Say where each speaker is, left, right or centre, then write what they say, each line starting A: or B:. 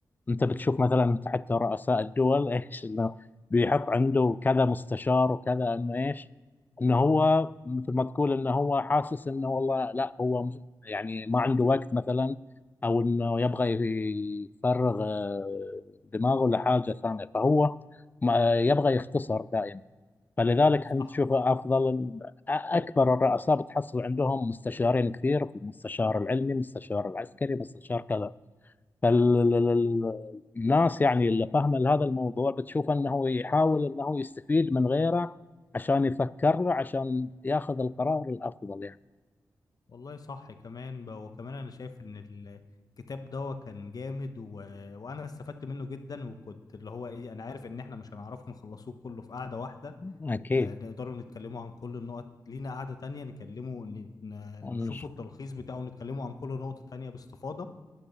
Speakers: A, on the left (about 25°); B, on the left (about 50°).
A: انت بتشوف مثلا انت حتى رؤساء الدول ايش انه بيحط عنده كذا مستشار وكذا انه ايش انه هو
B: مم.
A: مثل ما تقول انه هو حاسس انه والله لا هو م- يعني ما عنده وقت مثلا او انه يبغى يفرغ آه، دماغه لحاجه ثانيه فهو ما- آه، يبغى يختصر دائما فلذلك
B: صح
A: انت تشوف
B: صح
A: افضل أ- اكبر الرؤساء بتحصل عندهم مستشارين كثير مستشار العلمي مستشار العسكري مستشار كذا فالناس يعني اللي فاهمه هذا الموضوع بتشوف انه يحاول انه يستفيد من غيره عشان يفكر له عشان ياخذ القرار الافضل يعني
B: والله صح كمان ب- وكمان انا شايف ان الكتاب ده كان جامد و... وانا استفدت منه جدا وكنت اللي هو ايه انا عارف ان احنا مش هنعرفه نخلصوه كله في قعدة واحدة
A: اكيد
B: آه، نقدروا نتكلموا عن كل النقط لينا قعدة تانية نكلموا ن- ن-
A: ونش-
B: نشوفوا التلخيص بتاعه ونتكلموا عن كل نقطة تانية باستفاضة